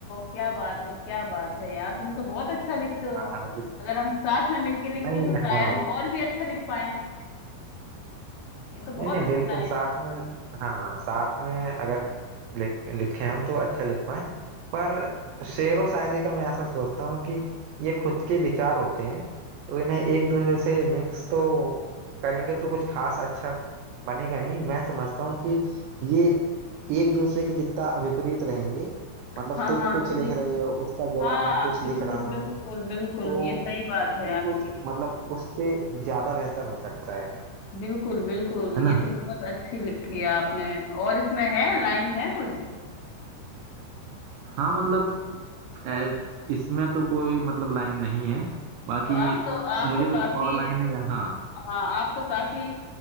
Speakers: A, on the left; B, on the right.
A: क्या बात है क्या बात है यार तुम तो बहुत अच्छा लिखते हो
B: हाँ जो
A: अगर हम साथ में मिलके लिखें
B: नहीं
A: तो शायद
B: हाँ
A: हम और भी अच्छा लिख पाए ये तो
B: नहीं
A: बहुत
B: नहीं
A: अच्छी
B: बिल्कुल
A: लाइन
B: साथ में हाँ साथ में अगर लिख लिखे हम तो अच्छा लिख पाए पर शेर व शायरी का मैं ऐसा सोचता हूँ कि ये खुद के विचार होते हैं तो इन्हें एक दूसरे से मिक्स तो करेंगे तो कुछ खास अच्छा बनेगा नहीं मैं समझता हूँ कि ये एक दूसरे के जितना विपरीत रहेंगे
A: है।
B: मतलब
A: हाँ
B: तुम
A: हाँ
B: कुछ
A: बिल्कुल
B: लिख रहे हो उसका जवाब
A: हाँ
B: मैं कुछ
A: बिल्कुल
B: लिख रहा
A: बिल्कुल
B: हूँ
A: बिल्कुल
B: तो
A: ये सही बात है
B: ये
A: आपकी
B: कुछ मतलब उससे ज्यादा बेहतर हो सकता है
A: बिल्कुल बिल्कुल
B: है
A: ये
B: ना
A: तो बहुत अच्छी लिखी है आपने और इसमें है लाइन है कुछ
B: हाँ मतलब ए, इसमें तो कोई मतलब लाइन नहीं है बाकी
A: तो आप तो आप
B: मुझे
A: तो
B: कुछ
A: काफी
B: और लाइन है हाँ
A: हाँ आप तो काफी